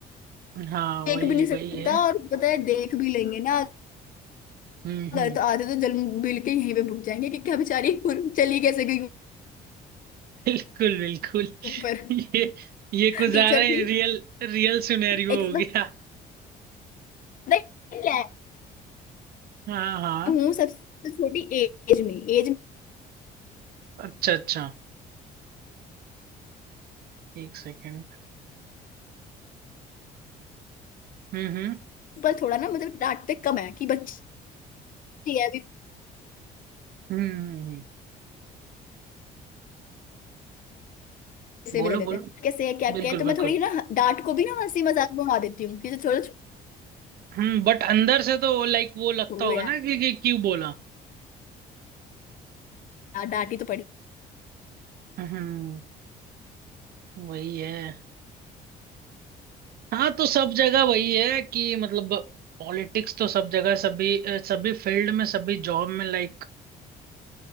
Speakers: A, on the right; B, on the left.
A: हाँ
B: देख
A: वही
B: भी नहीं सकता
A: वही है
B: और पता है देख भी लेंगे ना
A: हम्म
B: अगर
A: हम्म
B: तो आधे तो जल मिल के यहीं पे भुग जाएंगे कि क्या बेचारी और चली कैसे गई
A: बिल्कुल बिल्कुल <laughs>
B: ऊपर
A: ये ये कुछ
B: टीचर
A: ज्यादा ही
B: थी
A: रियल रियल सिनेरियो
B: एक
A: हो
B: पता
A: गया
B: है क्या है
A: हाँ हाँ
B: हूँ सबसे छोटी एज में एज में
A: अच्छा अच्छा एक सेकेंड हम्म हम्म
B: पर थोड़ा ना मतलब डांटते कम है कि बच्ची है अभी
A: हम्म हम्म, हम्म।
B: से
A: बोलो
B: भी ले लेते
A: बोलो
B: हैं कैसे है क्या क्या
A: बिल्कुल
B: है तो
A: बिल्कुल
B: मैं थोड़ी ना डांट को भी ना हंसी मजाक में उड़ा देती हूँ कि जो छोड़ो
A: हम्म बट अंदर से तो लाइक वो लगता
B: छोड़ो
A: होगा
B: यार
A: ना कि, कि क्यों बोला
B: डांटी तो पड़ी
A: हम्म वही है हाँ तो सब जगह वही है कि मतलब पॉलिटिक्स तो सब जगह सभी अ, सभी फील्ड में सभी जॉब में लाइक